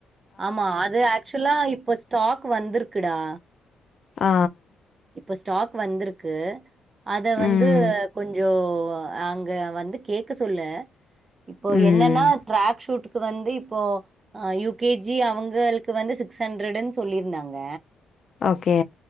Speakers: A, on the right; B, on the left.
A: ஆமா அது ஆக்சுவலா இப்ப ஸ்டாக் வந்துருக்குடா
B: ஆ
A: இப்போ ஸ்டாக் வந்திருக்கு அத வந்து
B: ம்.
A: கொஞ்ச அங் ந்த வந்து கேட்க சொல்லு இப்போ
B: ம்.
A: என்னன்னா டிராக் ஷூட்டு்க் வந்து இப்போ ஆ யு கே ஜி அவங்களுக்கு வந்து சிக்ஸ் ஹண்ட்ரடுன்னு சொல்லியிருந்தாங்க
B: ஓகே